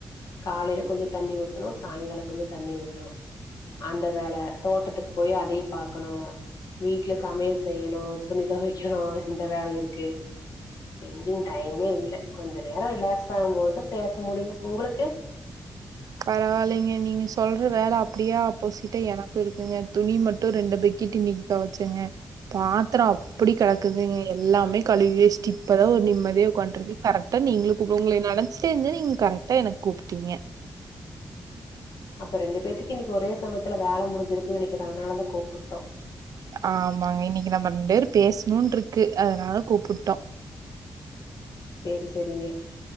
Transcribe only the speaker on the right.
பரவாயில்லைங்க நீங்க சொல்ற வேலை அப்டியே அப்போசிட்டா எனக்கு இருக்குங்க துணி மட்டு ரெண்டு பக்கேட்டு நீ தோவசேங்க பாத்ரோ அப்டி கெடக்குதுங்க எல்லாமே கழுவிவச்ட்டு இப்பதா ஒரு நிம்மதியா உக்கான்ட்டுருக்கே கரெக்டா நீங்ளுக்கு கூப்ப உங்கள நெனச்ட்டே இருந்தே நீங்க கரெக்டா எனக்கு கூப்ட்டீங்க
ஆமாங்க இன்னிக்கு நம்ம ரெண்டு பேரு பேசணுனு இருக்கு அதனால கூப்புட்டோ